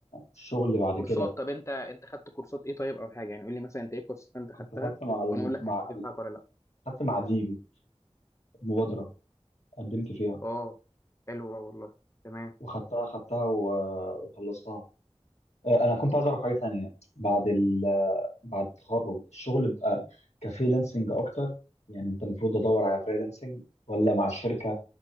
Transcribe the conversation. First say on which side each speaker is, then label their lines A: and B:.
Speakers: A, on the left; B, on the left.
A: الشغل اللي بعد
B: كورسات
A: كده
B: طب انت انت خدت كورسات ايه طيب او حاجه يعني قول لي مثلا انت ايه الكورسات انت
A: كنت
B: خدتها
A: خدت مع الم...
B: وانا اقول لك
A: مع
B: هتنفعك ولا لا
A: خدت مع ديبي المبادره قدمت فيها
B: اه حلوه والله تمام
A: وخدتها خدتها و... وخلصتها آه، انا كنت عايز اعرف حاجه تانية بعد ال آه، بعد التخرج الشغل بقى كفريلانسنج اكتر يعني انت المفروض ادور على فريلانسنج ولا مع الشركه